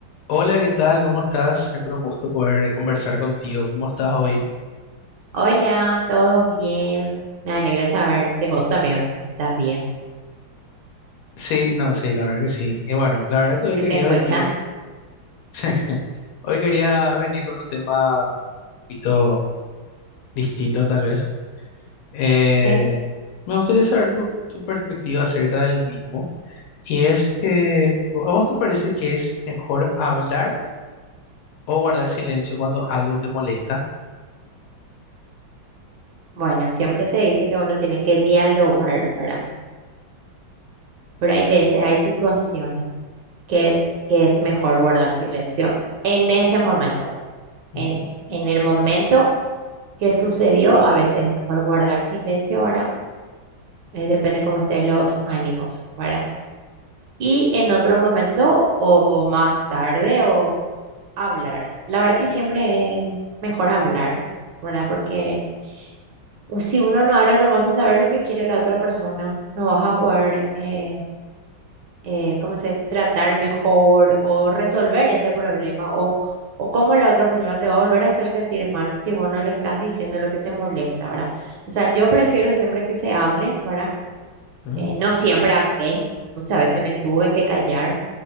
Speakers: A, on the left; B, on the right.
A: Hola, ¿qué tal? ¿Cómo estás? Siempre un gusto poder conversar contigo. ¿Cómo estás hoy?
B: Hola, ¿todo bien? Me alegra saber que vos también estás bien.
A: Sí, no, sí, la verdad que sí. Y bueno, la verdad que hoy
B: ¿Se
A: quería
B: te escucha?
A: venir, <laughs> hoy quería venir con un tema un poquito distinto tal vez. Eh,
B: ¿Qué?
A: me gustaría saber tu, tu perspectiva acerca del mismo. Y es que, ¿a vos te parece que es mejor hablar? o guardar silencio cuando algo te molesta.
B: Bueno, siempre se dice que uno tiene que dialogar, ¿verdad? Pero hay veces, hay situaciones que es, que es mejor guardar silencio en ese momento.
A: Ujú,
B: En, en el momento que sucedió, a veces es mejor guardar silencio, ¿verdad? Eh, depende cómo estén los ánimos, ¿verdad? Y en otro momento, o o más tarde, o hablar. La verdad que siempre es mejor hablar, ¿verdad? Porque u- si uno no habla, no vas a saber lo que quiere la otra persona, no vas a poder, eh, eh, ¿cómo se dice? tratar mejor o resolver ese problema o, o cómo la otra persona te va a volver a hacer sentir mal si vos no le estás diciendo lo que te molesta, ¿verdad? O sea, yo prefiero siempre que se hable, ¿verdad?
A: ujú.
B: Eh, no siempre hablé, muchas veces me tuve que callar.